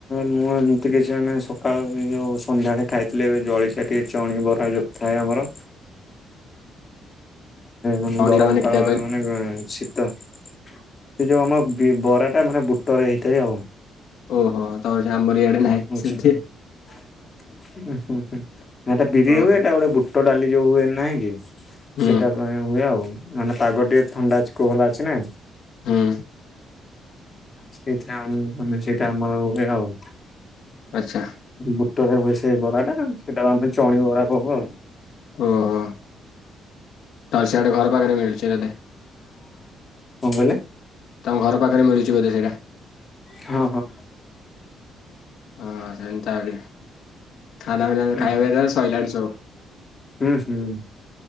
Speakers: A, on the left; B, on the left.
A: ମୁଁ ଏମିତି କିଛି ମାନେ ସକାଳ ଯୋଉ ସନ୍ଧ୍ୟାଳେ ଖାଇଥିଲି ଏବେ ଜଳିକ ଟ ଚଣି ବରା ଯୋଉ ଥାଏ ଆମର ମାନେ
B: ଭଉଣୀର
A: ଗରମ ପାାଗ
B: କେତେ କହିଲ?
A: ମାନେ ଶୀତ ସେ ଯୋଉ ଆମ ବରା। ଟା ମାନେ ବୁଟରେ ହେଇଥାଏ ଆଉ।
B: ଓହୋ ତ ସେ ଆବର ଇଡେ ନାହିଁ।
A: ଆଛା
B: ସେମିତି
A: ହଁ ହୁଁଟା ବିରି ହ
B: ଓହୋ
A: ଏଟା ଗୋଟେ ପୋଟ ଡାଲି ଯୋଉ ହୁଏନ ନାହିଁ କି
B: ହୁଁ
A: ସେଟା କ ହୁଏ ଆଉ ମାନେ ପାଗ ଟିକେ ଥଣ୍ଡା ଅଛି କୋହଲା ଅଛି ନା।
B: ହୁଁ।
A: ସେଇଥିରେ ଆମୁଁ <unintelligible> ଆମର ଗୋଟେ ଆଉ
B: ଆଚ୍ଛା।
A: ବୁଟରେ ବି ସେଇ ବରା ଟା ସେଇଟା କୁ ଆମେ ଚଣୁ ବରା କହୁଁ ଆଉ।
B: ଓହ ତ ସେଆଡ଼େ ଘର ପାଖରେ ମିଳୁଛି ଯଦି।
A: <inaudible> କଁ କଇଲେ।
B: ତମ ଘର ପାଖରେ ମିଳୁଚି ବୋଧେ ସେଇଟା।
A: ହଁ ହଁ।
B: ହଁ ସେତା ଆଲେ ଖା ପି
A: ହୁଁ
B: ଖାଇବା ପିଇ ସୋଇଲାଡ ସବଉ।
A: ହୁଁ ହୁଁ